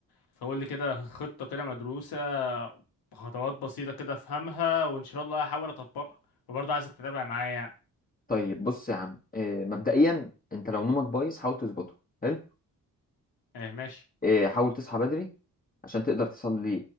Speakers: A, on the left; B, on the left.
A: فقول لي كده خطة كده مدروسة بخطوات بسيطة كده افهمها وان شاء الله هحاول اطبقها وبرضه عايزك تتابع معايا يعني
B: طيب بص يا عم آه، مبدئيا انت لو نومك بايظ حاول تظبطه حلو
A: ايه ماشي
B: آه، حاول تصحى بدري عشان تقدر تصلي